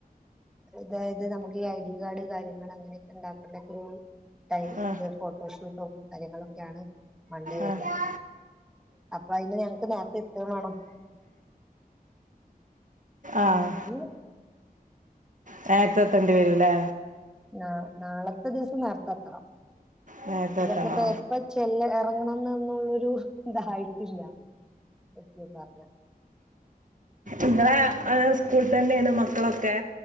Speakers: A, in the centre; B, on the right.
A: അതായിത് നമുക്ക് ഈ ഐ ഡി കാർഡ് കാര്യങ്ങളും അങ്ങനെയൊക്കെ ഇണ്ടാക്കേണ്ടരു ടൈംമ്
B: ആ
A: ഇവരെ ഫോട്ടോഷൂട്ടും കാര്യങ്ങളൊക്കെയാണ് മൺഡേ വര്ന്നത്
B: ആ
A: അപ്പ അയിന് ഞങ്ങക്ക് നേരത്തെ എത്തെ വേണം
B: ആഹ്,
A: അങ്ങനെ
B: നേരെത്തെ എത്തണ്ടി വരും ല്ലേ
A: ആഹ് നാളത്തെ ദിവസം നേരത്തെ എത്തണം
B: നേരത്തെ
A: ഇവട്ന്ന്
B: എത്തണോ
A: പേപ്പ ചെല്ല എറങ്ങണന്നൊള്ളൊരു ഇതായിട്ടില്ല സത്യം പറഞ്ഞ
B: ഇങ്ങളെ ആഹ് സ്കൂളി തന്നെണ് മക്കളൊക്കെ?